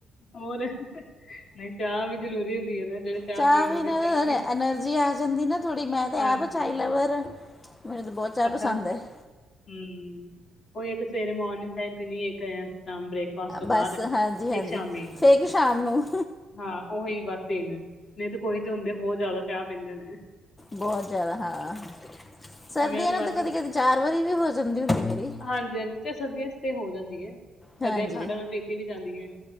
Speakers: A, on the left (about 50°); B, on the left (about 20°).
A: ਹੋਰ ਨਹੀਂ ਚਾਹ ਵੀ ਜ਼ਰੂਰੀ ਹੁੰਦੀ ਹੈ ਨਾ ਜਿਹੜੇ
B: ਚਾਹ
A: ਪੀਣ
B: ਵੀ
A: ਵਾਲੇ
B: ਨਾ
A: ਚਾਹ ਵੀ
B: ਐਨਰਜੀ ਆ ਜਾਂਦੀ ਨਾ ਥੋੜ੍ਹੀ ਮੈਂ ਤੇ
A: ਹਾਂਜੀ।
B: ਐ ਬੀ ਚਾਹ ਲਵਰ ਮੈਨੂੰ ਤੇ ਬਹੁਤ ਚਾਹ
A: ਅੱਛਾ
B: ਪਸੰਦ ਹੈ। <inaudible>
A: ਹੂੰ। ਉਹ ਇੱਕ ਸਵੇਰੇ ਮੋਰਨਿੰਗ ਟਾਈਮ ਪੀਣੀ ਇੱਕ ਐ। ਤਾਂ ਬ੍ਰੇਕਫਾਸਟ ਤੋਂ ਬਾਅਦ
B: ਬਸ ਹਾਂਜੀ ਹਾਂਜੀ
A: ਇੱਕ ਸ਼ਾਮੀ
B: ਫੇਕ ਸ਼ਾਮ ਨੂੰ
A: ਹਾਂ ਉਹੀ ਵਸ ਤਿੰਨ ਨਹੀਂ ਤਾਂ ਕੋਈ ਤੇ ਹੁੰਦੇ ਬਹੁਤ ਜ਼ਿਆਦਾ ਚਾਹ ਪੀਂਦੇ ਨੇ।
B: ਬਹੁਤ ਜ਼ਿਆਦਾ ਹਾਂ ਸਰਦੀਆਂ
A: ਮੈਂ ਤੇ
B: ਨਾ
A: ਬਸ
B: ਤਾਂ ਕਦੀ- ਕਦੀ ਚਾਰ ਵਾਰੀ ਵੀ ਹੋ ਜਾਂਦੀ ਹੁੰਦੀ ਮੇਰੀ
A: ਹਾਂਜੀ-ਹਾਂਜੀ ਸਰਦੀਆਂ 'ਚ ਤੇ ਹੋ ਜਾਂਦੀ ਹੈ ਸਰਦੀਆਂ
B: ਹਾਂਜੀ
A: ਠੰਡ ਨਾਲ ਪੀਤੀ ਵੀ ਜਾਂਦੀ ਏ।